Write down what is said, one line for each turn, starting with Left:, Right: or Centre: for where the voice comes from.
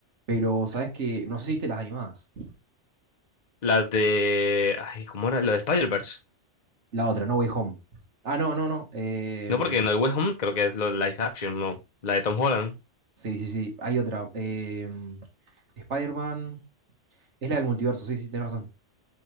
Right: Pero sabes que. No sé si viste las animadas.
Left: La de. Ay, ¿cómo era? La de Spider-Verse.
Right: La otra, No Way Home. Ah, no, no, no. eh,
Left: No, porque No Hay Way Home creo que es lo live action, no. La de Tom Holland.
Right: Sí, sí, sí. Hay otra. eh, Spider-Man. Es la del multiverso, sí, sí, tenés razón.